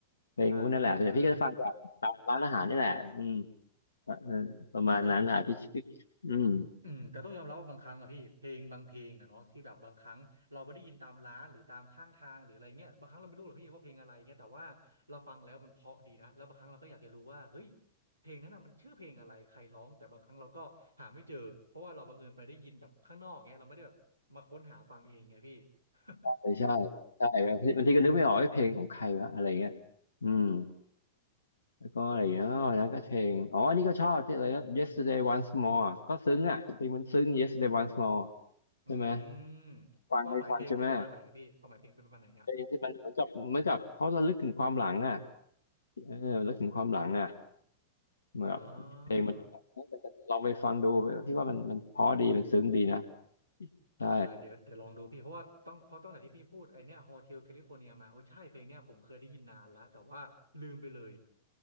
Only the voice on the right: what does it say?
ใช่พี่ใช่
แต่ อืมแต่ต้องยอมรับว่าบางครั้งอะพี่เพลงบางเพลงอะเนาะที่แบบบางครั้งเราไม่ได้ยินตามร้านหรือตามข้างทางหรืออะไรเงี้ยบางครั้งเราไม่รู้หรอกพี่ว่าเพลงอะไรเงี้ยแต่ว่าเราฟังแล้วมันเพราะดีนะแล้วบางครั้งเราก็อยากจะรู้ว่าเฮ้ยเพลงนั้นน่ะมันชื่อเพลงอะไรใครร้องแต่บางครั้งเราก็หาไม่เจอเพราะว่าเราบังเอิญไปได้ยินแบบข้างนอกเงี้ยเราไม่ได้แบบมาค้นหาฟังเองไงพี่ <laughs>
อืมความหมายเพลงเป็นประมาณไหนอะพี่ความหมายเพลงเป็นประมาณไหนอะ
อ่า
อ่าเดี๋ยวเดี๋ยวลองดูพี่เพราะว่าต้องเพราะตั้งแต่ที่พี่พูดไอเนี้ยโฮเทลแคลิฟอร์เนียมาโอ้ใช่เพลงเนี้ยผมเคยได้ยินนานแล้วแต่ว่าลืมไปเลย